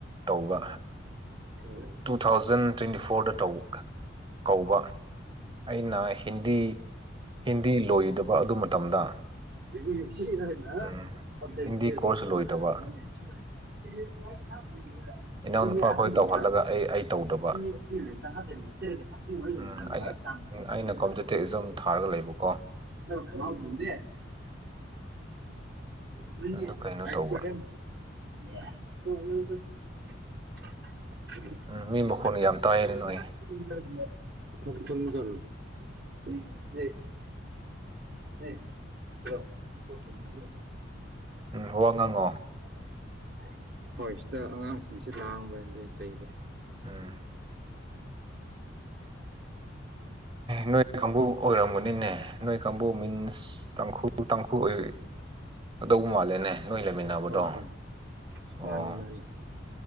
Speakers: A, on the right; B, on the right.
A: ꯇꯧꯕ
B: ꯑꯣ
A: ꯇꯨ ꯊꯥꯎꯖꯟ ꯇ꯭ꯋꯦꯟꯇꯤ ꯐꯣꯔꯗ ꯀꯧꯕ ꯑꯩꯅ ꯍꯤꯟꯗꯤ ꯍꯤꯟꯗꯤ ꯂꯣꯏꯗꯕ ꯑꯗꯨ ꯃꯇꯝꯗ
B: ꯑꯗꯨꯗꯤꯁꯤꯅ <unintelligible>
A: ꯎꯝ ꯍꯤꯟꯗꯤ ꯀꯣꯔꯁ ꯂꯣꯏꯗꯕ ꯏꯅꯥꯎꯅꯨꯄꯥ ꯈꯣꯏ ꯇꯧꯍꯜꯂꯒ ꯑꯩ ꯑꯩ ꯇꯧꯗꯕ ꯎꯝ ꯑꯩ ꯑꯩꯅ ꯀꯝꯄꯤꯇꯤꯇꯤꯞ
B: <unintelligible> <unintelligible>
A: ꯑꯦꯛꯖꯥꯝ ꯊꯥꯔꯒ ꯂꯩꯕꯀꯣ
B: <unintelligible> <unintelligible>
A: ꯑꯗꯨ ꯀꯩꯅꯣ ꯇꯧꯕ
B: <unintelligible> <unintelligible>
A: ꯎꯝ ꯃꯤ ꯃꯈꯣꯟ ꯌꯥꯝ ꯇꯥꯏꯌꯦꯅꯦ ꯅꯣꯏ
B: <unintelligible> <unintelligible>
A: ꯎꯝ ꯋꯥ ꯉꯥꯡꯉꯣ
B: <unintelligible> ꯍꯣꯏ ꯁꯤꯗ ꯑꯉꯥꯡꯁꯤꯡꯁꯤ ꯂꯥꯡꯕ ꯑꯗꯨꯏ ꯆꯩꯕ
A: ꯎꯝ ꯅꯣꯏ ꯀꯥꯡꯕꯨ ꯑꯣꯏꯔꯝꯕꯅꯤꯅꯦ ꯅꯣꯏ ꯀꯥꯡꯕꯨ ꯃꯤꯟꯁ ꯇꯥꯡꯈꯨ ꯇꯥꯡꯈꯨꯜ ꯑꯣꯏ ꯑꯣꯏꯗꯣ ꯃꯥꯜꯂꯦꯅꯦ ꯅꯣꯏ ꯂꯩꯃꯤꯟꯅꯕꯗꯣ
B: ꯍꯣꯏ ꯍꯣꯏ
A: ꯑꯣ
B: ꯃꯥꯅꯤ ꯃꯥꯅꯤ